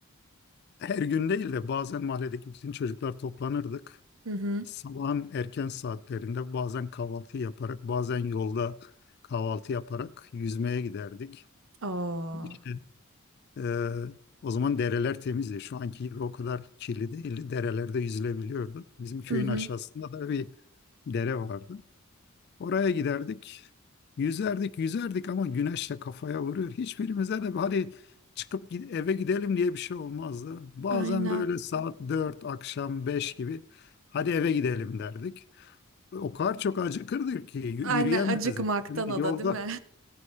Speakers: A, on the left; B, on the right.
A: Her gün değil de bazen mahalledeki bütün çocuklar toplanırdık.
B: Hı hı.
A: Sabahın erken saatlerinde bazen kahvaltı yaparak, bazen yolda kahvaltı yaparak yüzmeye giderdik.
B: Oo.
A: İşte e, o zaman dereler temizdi. Şu anki gibi o kadar kirli değildi. Derelerde yüzülebiliyordu. Bizim köyün
B: Hı hı.
A: aşağısında da bir dere vardı. Oraya giderdik. Yüzerdik, yüzerdik ama güneşle kafaya vuruyor. Hiçbirimize de hadi çıkıp gid- eve gidelim diye bir şey olmazdı. Bazen
B: Aynen.
A: böyle saat 4 akşam 5 gibi hadi eve gidelim derdik. O kadar çok acıkırdık ki y- yürüyemezdik.
B: Aynen acıkmaktan
A: Yani
B: o
A: yolda
B: da değil mi?